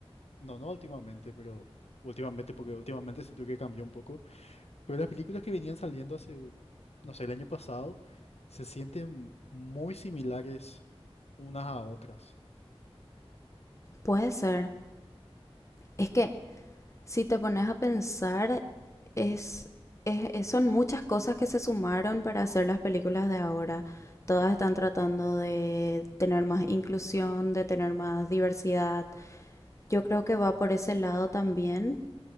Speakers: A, on the left (about 85°); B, on the left (about 30°).
A: no, no últimamente, pero últimamente, porque últimamente siento que cambió un poco, pero las películas que venían saliendo hace, no sé, el año pasado, se sienten muy similares unas a otras.
B: Puede ser. Es que si te pones a pensar, es, es- es- son muchas cosas que se sumaron para hacer las películas de ahora. Todas están tratando de tener más inclusión, de tener más diversidad. Yo creo que va por ese lado también,